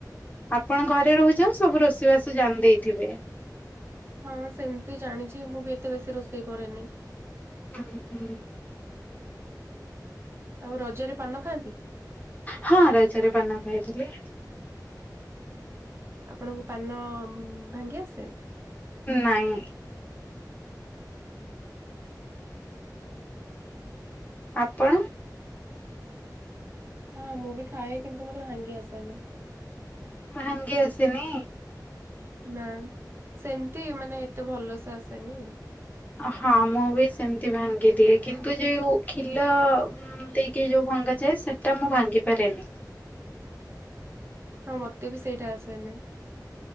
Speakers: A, on the left; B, on the right.
A: ଆପଣ ଘରେ ରହୁଛ, ସବୁ ରୋଷେଇବାସ ଜାଣି ଦେଇଥିବେ।
B: ହଁ ସେମିତି ଜାଣିଛି ମୁଁ ବି ଏତେ ବେଶୀ ରୋଷେଇ କରେନି।
A: ହୁଁ ହୁଁ।
B: ଆଉ ରଜରେ ପାନ ଖାଆନ୍ତି?
A: ହଁ ରଜରେ ପାନ ଖାଇଥିଲି।
B: ଆପଣଙ୍କୁ ପାନ ଭାଙ୍ଗି ଆସେ?
A: ନାଇଁ। ଆପଣ?
B: ହଁ ମୁଁ ବି ଖାଏ କିନ୍ତୁ ମତେ ଭାଙ୍ଗି ଆସେନି।
A: ଭାଙ୍ଗି ଆସିନି।
B: ନା ସେମତି ମାନେ ଏତେ ଭଲସେ ଆସେନି ଆଉ।
A: ହଁ ମୁଁ ବି ସେମିତି ଭାଙ୍ଗିଦିଏ କିନ୍ତୁ ଯୋଉ ଖିଲ ଦେଇକି ଯୋଉ ଭଙ୍ଗାଯାଏ ସେଟା ମୁଁ ଭାଙ୍ଗି ପାରେନି।
B: ହଁ ମତେ ବି ସେଇଟା ଆସେନି।